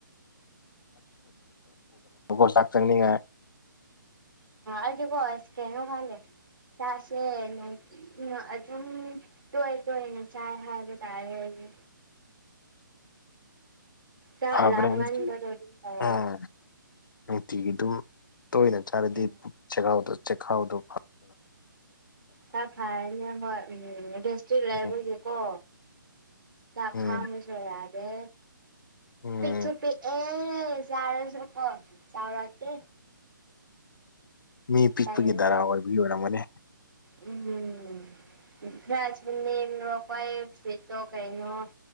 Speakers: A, on the left; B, on the right.
A: ꯔ ꯆꯪꯉ
B: ꯑꯗꯤ ꯀꯣ ꯀꯩꯅꯣ ꯈꯪꯗꯦ ꯆꯥꯛꯁꯦ ꯅꯨꯡꯊꯤꯟ꯫ ꯎ ꯑꯗꯨꯝ ꯇꯣꯏ ꯇꯣꯏꯅ ꯆꯥꯏ ꯍꯥꯏꯕ ꯇꯥꯔꯦꯗꯤ ꯆꯥꯛ
A: ꯈꯕꯔꯦ
B: ꯂꯥꯝꯒꯟꯕꯗꯣ
A: ꯎꯝ
B: ꯑꯗꯨꯝ ꯇꯧꯋꯦꯕ
A: ꯅꯨꯡꯇꯤꯒꯤ ꯑꯗꯨꯝ ꯇꯣꯏꯅ ꯆꯥꯔꯗꯤꯥꯎꯗ
B: ꯎꯝ
A: ꯆꯦꯛꯈꯥꯎꯗꯣ ꯐ
B: ꯈꯔ ꯐꯔꯦꯅꯦ ꯍꯣꯏ ꯎꯝ ꯁꯇ꯭ꯔꯤꯛ ꯂꯩꯕꯒꯤꯦꯀꯣ
A: ꯎꯝ
B: ꯆꯈꯥꯝꯕꯁꯨ
A: ꯎꯝ
B: ꯌꯥꯗꯦ
A: ꯎꯝ
B: ꯆꯨꯞꯄꯤ ꯑꯦ ꯆꯥꯔꯁꯨꯀꯣ ꯆꯥꯎꯔꯛꯀꯦ
A: ꯃꯤ ꯄꯤꯛꯄꯒꯤ
B: ꯇꯜꯂꯦ
A: ꯗꯔꯥ ꯑꯣꯏꯕꯒꯤ ꯑꯣꯏꯔꯝꯃꯅꯤ
B: ꯎꯝ <unintelligible> ꯀꯩꯅꯣ